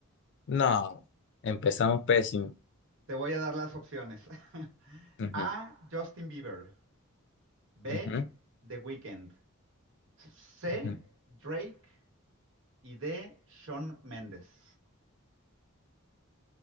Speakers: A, on the left; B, on the right.
A: No, empezamos pésimo.
B: Te voy a dar las opciones. <laughs>
A: Ujú,
B: A. Justin Bieber. B.
A: ujú,
B: The Weeknd. C.
A: ujú.
B: Drake. Y D. Shawn Mendes.